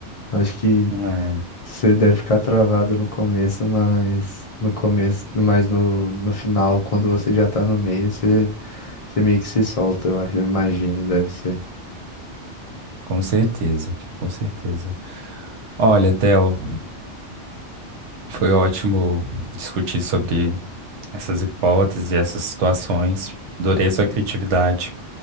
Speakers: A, on the left; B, on the right.
A: Acho que
B: É,
A: você deve ficar travado no começo, mas no começo, mas no, no final, quando você já tá no meio, você, você meio que se solta, eu acho, eu imagino, deve ser.
B: com certeza, com certeza. Olha, Theo, foi ótimo discutir sobre essas hipóteses e essas situações. Adorei a sua criatividade.